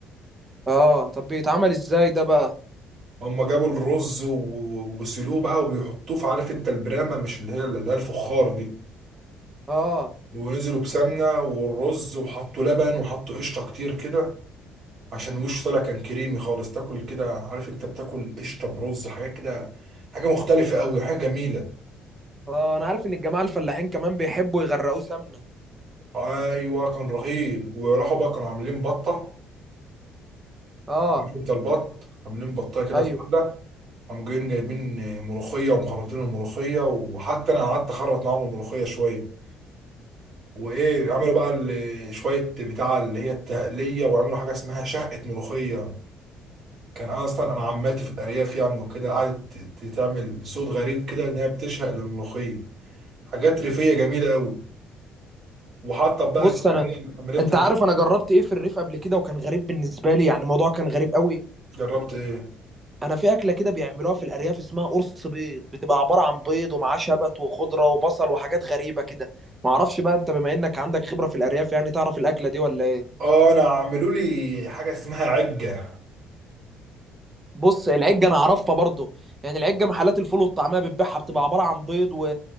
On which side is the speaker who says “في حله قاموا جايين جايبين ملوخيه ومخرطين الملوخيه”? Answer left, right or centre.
Right